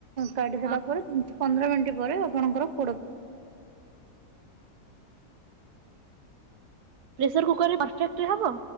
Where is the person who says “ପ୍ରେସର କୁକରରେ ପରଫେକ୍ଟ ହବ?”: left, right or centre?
Right